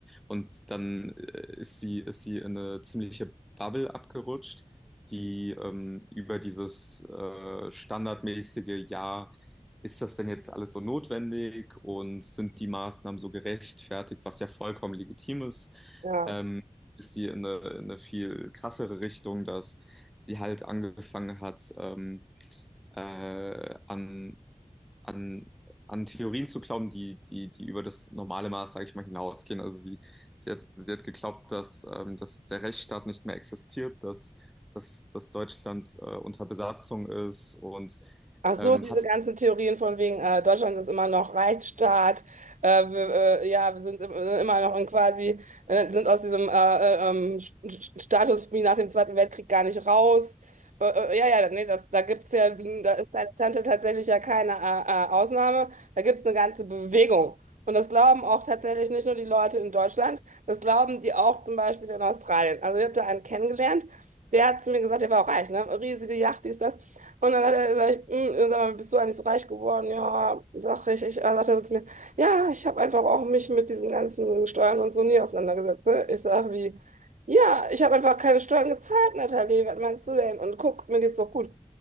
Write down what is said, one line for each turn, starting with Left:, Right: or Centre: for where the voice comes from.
Centre: Und dann äh, ist sie, ist sie in eine ziemliche Bubble abgerutscht, die ähm, über dieses äh, standardmäßige, ja, ist das denn jetzt alles so notwendig und sind die Maßnahmen so gerechtfertigt, was ja vollkommen legitim ist,
Right: Ja.
Centre: ähm, ist sie in eine, in eine viel krassere Richtung, dass sie halt angefangen hat, ähm, äh, an an, an Theorien zu glauben, die, die, die über das normale Maß, sage ich mal, hinausgehen. Also sie, sie hat, sie hat geglaubt, dass, ähm, dass der Rechtsstaat nicht mehr existiert, dass, dass, dass Deutschland äh, unter Besatzung ist und
Right: Ach so,
Centre: ähm,
Right: diese
Centre: hat
Right: ganzen Theorien von wegen, äh, Deutschland ist immer noch Rechtsstaat, äh, wir, äh, ja, wir sind im, äh, immer noch in quasi, äh, sind aus diesem äh, äh, ähm, Sch- Sch- Status wie nach dem Zweiten Weltkrieg gar nicht raus. Äh, äh, ja, ja, nee, das, da gibt's ja, da ist deine Tante tatsächlich ja keine äh, äh, Ausnahme, da gibt's eine ganze Bewegung. Und das glauben auch tatsächlich nicht nur die Leute in Deutschland, das glauben die auch zum Beispiel in Australien. Also ich habe da einen kennengelernt, der hat zu mir gesagt, der war auch reich, ne? Riesige Yacht, dies, das. Und dann hat er gesagt, "Mm, sag mal, bist du eigentlich so reich geworden? Ja, sag ich. ich dann sagt er so zu mir, ja, ich habe einfach auch mich mit diesen ganzen Steuern und so nie auseinandergesetzt. Ne? Ich sag wie, ja, ich habe einfach keine Steuern gezahlt, Nathalie, was meinst du denn? Und guck, mir geht's doch gut.